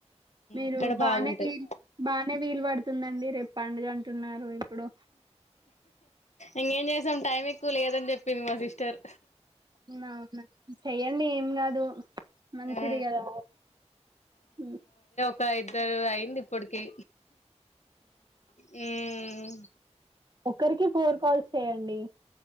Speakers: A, on the right (about 40°); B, on the left (about 75°).
A: మీరు
B: ఇక్కడ
A: బానే
B: బాగుంటాయి
A: వీల్ బానే వీలు పడుత వస్తుందండి రేపు పండుగ అంటున్నారు ఇప్పుడు
B: ఇంకేం చేసాం టైం ఎక్కువ లేదని చెప్పింది మా సిస్టర్
A: వున్నా వున్నా సే అండి ఏం కాదు మంచిది
B: ఆ
A: కదా ఉ
B: క ఇద్దరు అయిందిప్పటికి మ్మ్
A: ఒకరికి ఫోర్ కాల్స్ చేయాల్ అండి